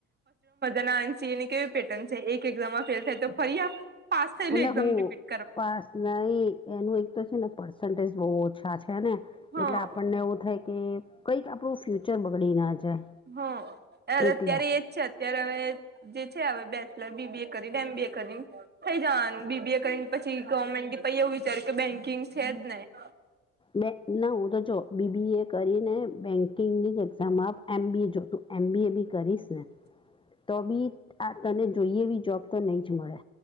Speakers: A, on the right; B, on the left.
A: ના આવે, એક ફેલ થાય તો ફરી આપો. પાસ થયેલી
B: અને
A: એક્ઝામ
B: હું
A: રિપીટ.
B: પાસ નહીં, એનું એક તો છે ને, પર્સન્ટેજ બહુ ઓછા છેને.
A: હા
B: એટલે આપણને એવું થાય કે કંઈક આપણું ફ્યુચર બગડી ના જાય.
A: હ,
B: એટલે
A: અત્યારે એજ છે જ. ત્યારે હવે જે છે, હવે બેચલર બીબીએ કરીને એમ બી એ કરીને. થઈ જવાનું બીબીએ કરીને, પછી ગવર્મેન્ટની, પછી એવું વિચાર્યું કે બેંકિંગ છે જ ને. હ.
B: બે ના, હું તો જો બીબીએ કરી ને બેંકિંગની જ એક્ઝામ આપ. એમ. બી. એ જો તું એમ. બી. એ બી કરીશ ને.
A: <unintelligible>
B: તો બી આ તને જોઈએ એ બી જોબ તો નહીં જ મળે.